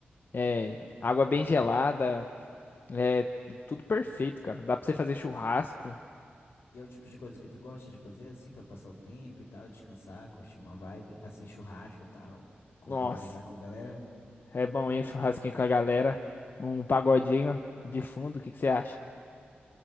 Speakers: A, on the left; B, on the left.
A: É,
B: Uhum.
A: água bem gelada, é tudo perfeito, cara. Dá pra você fazer churrasco.
B: E é o tipo de coisa que tu gosta de fazer, assim, pra passar o tempo e tal, descansar, curtir uma vibe, assim, churrasco e tal, confraternizar
A: Nossa.
B: com a galera.
A: É bom, hein? Um churrasquinho com a galera. Um pagodinho de fundo, o que que você acha?